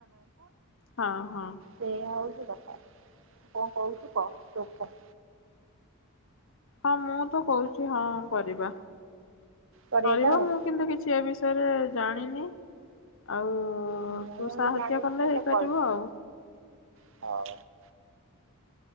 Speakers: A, on the left (about 60°); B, on the right (about 60°).
A: ହଁ!
B: ସେଇୟା ହଉଚି କଥା, ଙ୍କ କହୁଚୁ କ?
A: ହଁ, ମୁଁ ତ କଉଚି ହଁ କରିବା।
B: କରିବା
A: କରିବ
B: ତ ଆଉ।
A: ମୁଁ କିନ୍ତୁ କିଛି ବିଷୟରେ ଜାଣିନି ଆଉ। ତୁ
B: ମୁଁ
A: ସାହାଯ୍ୟ
B: ଏଇ ଜାଣିଛି
A: କଲେ,
B: ତତେ
A: ହେଇପାରିବ
B: କହିଲି
A: ଆଉ।
B: <inaudible>